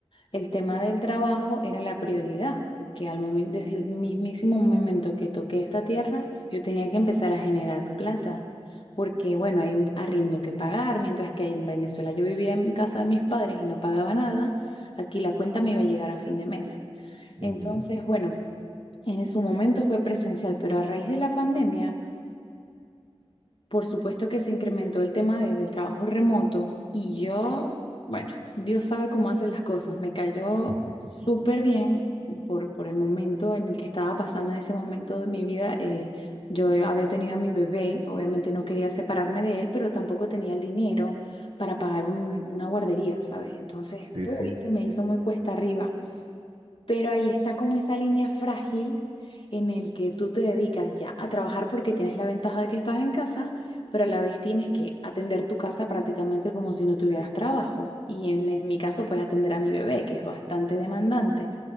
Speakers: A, on the left; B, on the right.
A: El tema del trabajo era la prioridad, porque al momento, desde el mismísimo momento que toqué esta tierra, yo tenía que empezar a generar plata, porque bueno, hay un arriendo que pagar, mientras que ahí en Venezuela yo vivía en casa de mis padres y no pagaba nada, aquí la cuenta me iba a llegar a fin de mes. Entonces,
B: Ujú.
A: bueno, en su momento fue presencial, pero a raíz de la pandemia por supuesto que se incrementó el tema de- del trabajo remoto y yo, bueno, Dios sabe cómo hace las cosas. Me cayó
B: <laughs>
A: súper bien por, por el momento en el que estaba pasando en ese momento de mi vida. Eh, yo había tenido a mi bebé, obviamente no quería separarme de él, pero tampoco tenía el dinero para pagar un- una guardería, ¿sabes? Entonces,
B: Sí,
A: uy,
B: sí.
A: se me hizo muy cuesta arriba. Pero ahí está como esa línea frágil en el que tú te dedicas ya a trabajar porque tienes la ventaja de que estás en casa, pero a la vez tienes que atender tu casa prácticamente como si no tuvieras trabajo. Y en es- mi caso, pues atender a mi bebé, que es bastante demandante.